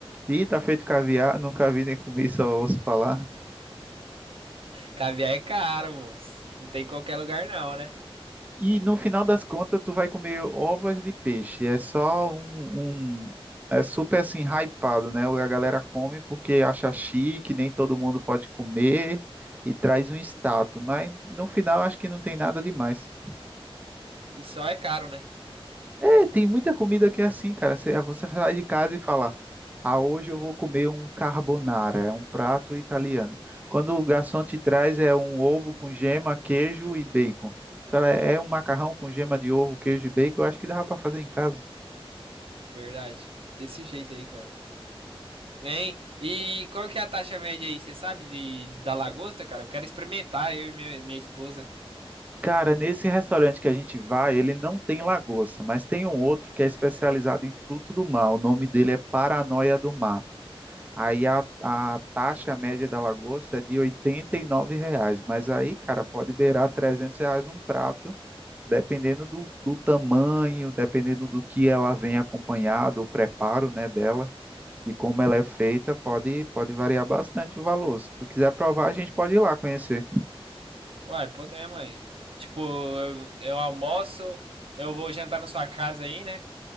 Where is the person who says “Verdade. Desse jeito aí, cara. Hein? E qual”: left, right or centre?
Right